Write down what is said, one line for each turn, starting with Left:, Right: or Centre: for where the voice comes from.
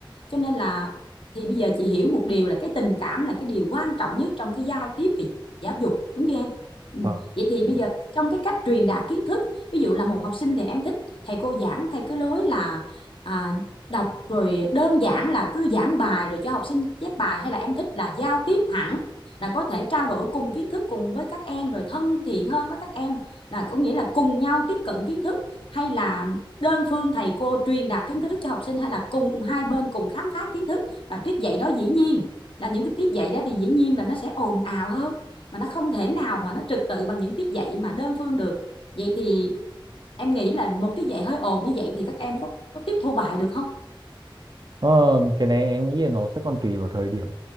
Left: cho nên là thì bây giờ chị hiểu một điều là cái tình cảm là cái điều quan trọng nhất trong cái giao tiếp về giáo dục đúng chưa em ừ.
Right: Ờ.
Left: vậy thì bây giờ trong cái cách truyền đạt kiến thức ví dụ là một học sinh thì em thích thầy cô giảng theo cái lối là à, đọc rồi đơn giản là cứ giảng bài rồi cho học sinh chép bài hay là em thích là giao tiếp hẳn là có thể trao đổi cùng kiến thức cùng với các em rồi thân thiện hơn với các em là có nghĩa là cùng nhau tiếp cận kiến thức hay là đơn phương thầy cô truyền đạt kiến thức cho học sinh hay là cùng hai bên cùng khám phá kiến thức và tiết dạy đó dĩ nhiên là những cái tiết dạy đó thì dĩ nhiên là nó sẽ ồn ào hơn mà nó không thể nào mà nó trật tự bằng những tiết dạy mà đơn phương được vậy thì em nghĩ là một tiết dạy hơi ồn như vậy thì các em có tiếp thu bài được không
Right: Ờ, cái này em nghĩ là nó sẽ còn tùy vào thời điểm